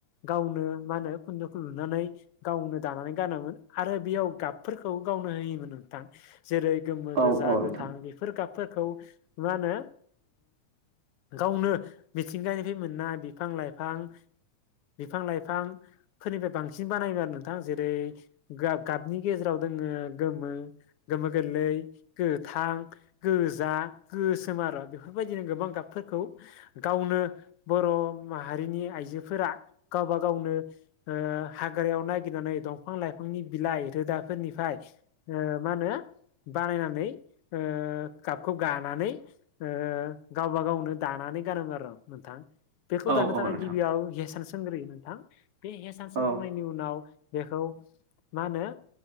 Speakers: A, on the left (about 75°); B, on the right (about 75°).
A: गावनो मा होनो खुन्दोखौ लुनानै गावनो दानानै गानोमोन आरो बियाव गाबफोरखौ गावनो होयोमोन नोंथां जेरै गोमो
B: औ
A: गोजा
B: औ
A: गोथां
B: नोंथां
A: बेफोर गाबफोरखौ मा होनो गावनो मिथिंगानिफ्राय मोननाय बिफां लाइफां बिफां लाइफां फोरनिफ्राय बांसिन बानायोम आरो नोंथां जेरै गाब गाबनि गेजेराव दोङो गोमो गोमो गोरलै गोथां गोजा गोसोम आरो बेफोरबायदिनो गोबां गाबफोरखौ गावनो बर' माहारिनि आइजोफोरा गावबा गावनो ओ हाग्रायाव नागिरनानै दंफां लाइफांनि बिलाइ रोदाफोरनिफ्राय ओ मा होनो बानायनानै ओ गाबखौ गानानै ओ गावबा गावनो दानानै गानोमोन आरो नोंथां बेखौ
B: औ
A: दानो
B: औ
A: थाखाय
B: नोंथां
A: गिबियाव हेसान सोंग्रोयो नोंथां बे हेसान
B: औ
A: सोंखांनायनि उनाव बेखौ मा होनो